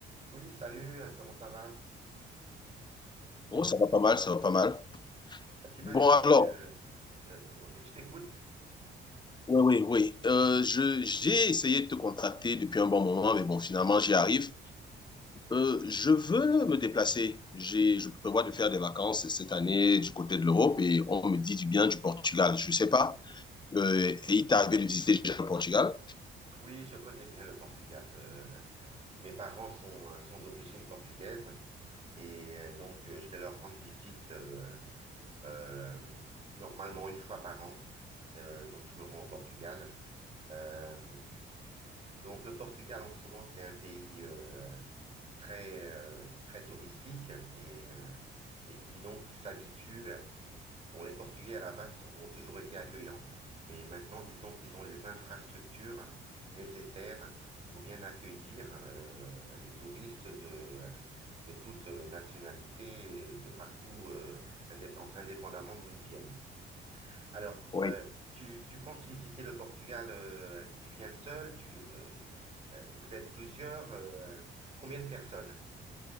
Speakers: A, on the right; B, on the left.
A: Oui, salut, euh, comment ça va?
B: Oh, ça va pas mal, ça va pas mal.
A: Bah, Tu
B: Bon,
A: m'avais dit
B: alors,
A: que... euh, euh, je t'écoute.
B: oui, oui, oui. Euh, je, j'ai essayé de te contacter depuis un bon moment, mais bon, finalement, j'y arrive. Euh, je veux me déplacer. J'ai, je prévois de faire des vacances cette année du côté de l'Europe et on me dit du bien du Portugal. Je sais pas. Euh, et il t'est arrivé de visiter déjà le Portugal?
A: Oui, je connais bien le Portugal. Euh, mes parents sont, euh, sont d'origine portugaise et euh, donc euh, je vais leur rendre visite euh, euh, normalement une fois par an. Euh, donc je me rends au Portugal. Euh, donc le Portugal en ce moment, c'est un pays euh, très, euh, très touristique et, euh, et qui donc s'habituent. à- Bon, les Portugais à la base sont- ont toujours été accueillants, mais maintenant, disons qu'ils ont les infrastructures nécessaires pour bien accueillir euh, les touristes de, de toute nationalité, de partout, euh, indépen- indépendamment d'où ils viennent. Alors,
B: Oui.
A: euh, tu, tu penses visiter le Portugal, euh, tu viens seul, tu, euh, euh, vous êtes plusieurs, euh, combien de personnes?